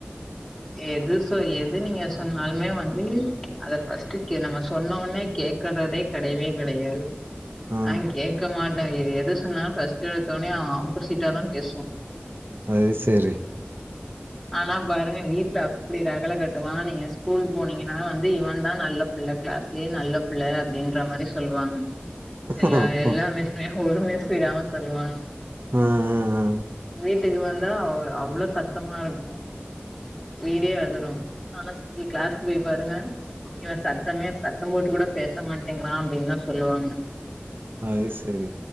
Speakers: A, on the left; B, on the right.
A: எது சோ எது நீங்க சொன்னாலுமே வந்து அத ஃபர்ஸ்ட்டு கே நம்ம சொன்னவுன்னே கேக்குறதே கெடையவே கெடையாது
B: ஆ
A: ந கேக்க மாட்ட எது சொன்னாலும் ஃபஸ்ட் ஏன்ச்சவுனே ஆப்போசிட்டாதா பேசுவான்
B: அது சேரி
A: ஆனா பாருங்க வீட்ல அப்டி ரகல கட்டுவான் நீங்க ஸ்கூல் போனீங்கனா வந்து இவன்தா நல்ல புள்ள கிளாஸ்லயே நல்ல பிள்ள அப்டின்ற மாரி சொல்லுவாங்க எல்லா
B: ஆ
A: எல்லா மிஸ்மே ஒரு மிஸ் விடாம சொல்லுவாங்க
B: ஆ ஆ.
A: வீட்டுக்கு வந்தா அவ் அவ்ளோ சத்தமா இருக்கும் வீடே அதுரும் ஆனா ஸ்கூல் கிளாஸ் போய் பாருங்க இவ சத்தமே சத்தம் போட்டு கூட பேச மாட்டேங்கிறா அப்டின்னுதா சொல்லுவாங்க
B: அது சரி